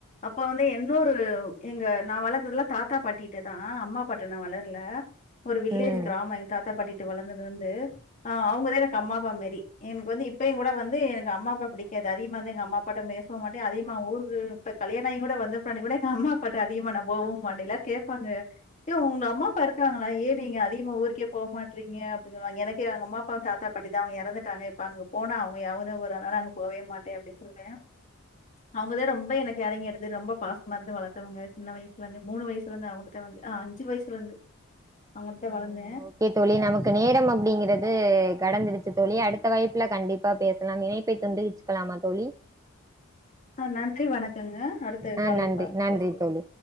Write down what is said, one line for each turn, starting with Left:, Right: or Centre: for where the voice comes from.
Left: அப்ப வந்து என்னொரு எங்க நா வளந்ததுலா தாத்தா பாட்டிட்டதா அம்மா அப்பாட்ட நா வளர்ல ஒரு வில்லேஜ்
Right: ம்
Left: கிராமோ எங் தாத்தா பாட்டிட்ட வளந்தது வந்து ஆஹ் அவங்கதா எனக்கு அம்மா அப்பா மாரி எனக் வந்து இப்பயுங்கூட வந்து எனக்கு அம்மா அப்பா பிடி கே அது அதிகமார்ந்தா எங்கம்மா அப்பாட்ட பேசவு மாட்டே அதிகமா ஊருக்கு இப்ப கல்யாணாயிங்கூட வந்தப்பின்னாடி கூட எங்கம்மா அப்பாட்ட அதிகமா நா போவு மாட்டே எல்லார் கேப்பாங்க ஏ உங்கம்மா அப்பா இருக்கறாங்களா ஏ நீங்க அதிகமா ஊருக்கே போமாட்றீங்க அப்படின்னுவாங்க எனக்கு எங்கம்மா அப்பாவு தாத்தா பாட்டி தா அவங்க எறந்துட்டாங்க இப்ப அங்க போனா அவங்க ஞாவகந்தா வரு அதுனால அங் போவே மாட்டே அப்டின் சொல்வே அவங்கதா ரொம்ப எனக்கு எறங்கி எடுத்து ரொம்ப பாசமா இருந்து வளத்தவங்க சின்ன வயசுலருந்து மூணு வயசுலருந்து அவுங்கிட்ட தா <unintelligible> அ, அஞ்சு வயசுலருந்து அவுங்கிட்தா
Right: ம்
Left: வளந்தே
Right: ஓகே தோழி நமக்கு நேரம் அப்படிங்கறது கடந்துருச்சு தோழி அடுத் ப்ப வாய்ப்புல கண்டிப்பா பேசலாம் இணைப்பை துண்டுகிச்சுக்கலாமா தோழி
Left: ஆ நன்றி வணக்கங்க அடுத்த
Right: ஆ
Left: கால்
Right: நன்றி
Left: ல
Right: நன்றி
Left: பேசலாம்
Right: தோழி